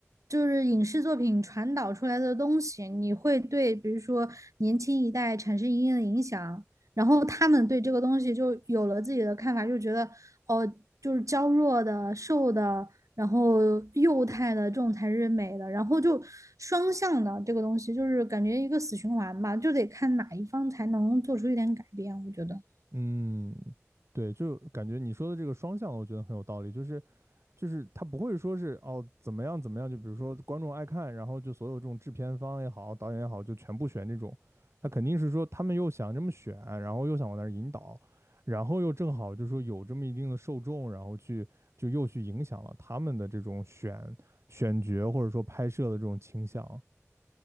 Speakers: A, on the right (about 85°); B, on the right (about 60°).
A: 就是影视作品传导出来的东西，你会对比如说年轻一代产生一定的影响，然后他们对这个东西就有了自己的看法，就觉得哦，就是娇弱的、瘦的，然后幼态的这种才是美的，然后就双向的这个东西，就是感觉一个死循环吧，就得看哪一方才能做出一点改变，我觉得。
B: 嗯，对，就感觉你说的这个双向的，我觉得很有道理，就是。就是他不会说是哦怎么样怎么样，就比如说观众爱看，然后就所有这种制片方也好，导演也好，就全部选这种。他肯定是说他们又想这么选，然后又想往那儿引导，然后又正好就说有这么一定的受众，然后去就又去影响了他们的这种选选角或者说拍摄的这种倾向。